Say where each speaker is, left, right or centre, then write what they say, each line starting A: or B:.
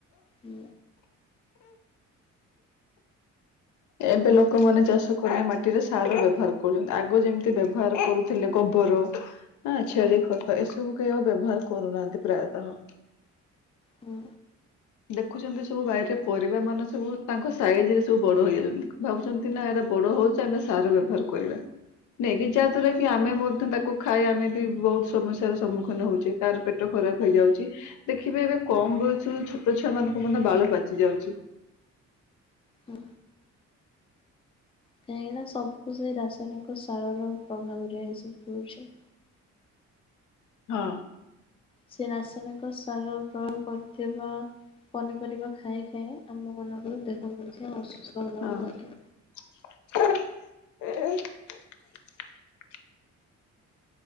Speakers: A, on the left; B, on the left.
A: ହୁଁ।
B: ଏବେ ଲୋକମାନେ ଚାଷ କଲେ ମାଟିରେ ସାର ବ୍ୟବହାର କରୁଛନ୍ତି ଆଗ ଯେମିତି ବ୍ୟବହାର କରୁଥିଲେ ଗୋବର। ହଁ ଛେଳି
A: ହୁଁ
B: ଖତ ଏସବୁ। ବ୍ୟବହାର କରୁନାହାନ୍ତି ପ୍ରାୟତଃ।
A: ହୁଁ।
B: ଦେଖୁଛନ୍ତି ସବୁ ଗାଇରେ ପରିବା ମାନେ ସବୁ ତାଙ୍କ ସାଇଜ ରେ ସବୁ ବଡ ହେଇ ଯାଉଛନ୍ତି। ଭାବୁଛନ୍ତି ନା ଏଟା ବଡ ହଉଛି ଆମେ ସାର ବ୍ୟବହାର କରିବା ନାଇଁକ ଯାହା ଦ୍ଵାରା କି। ଆମେ ମଧ୍ୟ ତାକୁ ଖାଇ ଆମେ। ବି ବହୁତ ସମସ୍ୟାର ସମ୍ମୁଖୀନ ହଉଚେ କାର ପେଟ ଖରାପ ହେଇଯାଉଛି ଦେଖିବେ ଏବେ କମ ବୟସରୁ ଛୋଟ ଛୁଆ ମାନଙ୍କ ମଧ୍ୟ ବାଳ ପାଚି ଯାଉଚି।
A: ହୁଁ। କାହିଁକିନା ସବୁ ସେ ରାସାୟନିକ ସାରର ପ୍ରଭାବରେ ଏସବୁ ହଉଛି।
B: ହଁ।
A: ସେ ରାସାୟନିକ ସାର ପ୍ରୟୋଗ କରିଥିବା ପନିପରିବା ଖାଇ ଖାଇ ଆମ ମାନଙ୍କ ଦେହ ମଧ୍ୟ ଅସୁସ୍ଥ
B: ହଁ।
A: ହେବାକୁ ଲାଗେ।